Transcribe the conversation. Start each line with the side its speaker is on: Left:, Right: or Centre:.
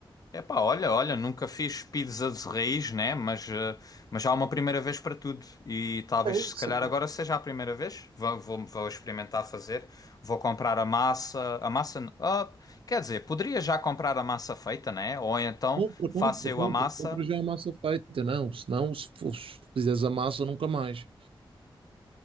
Left: Epá, olha, olha, nunca fiz pizza de raiz, né? Mas, eh, mas há uma primeira vez para tudo. E talvez,
Right: É isso.
Left: se calhar, agora seja a primeira vez. Vou, vou, vou experimentar fazer. Vou comprar a massa. A massa. n- ah, quer dizer, poderia já comprar a massa feita, né? Ou então
Right: Compra,
Left: faço
Right: compra,
Left: eu
Right: compra.
Left: a massa.
Right: Compra já a massa feita. Não, senão, se for, se fizeres a massa, nunca mais.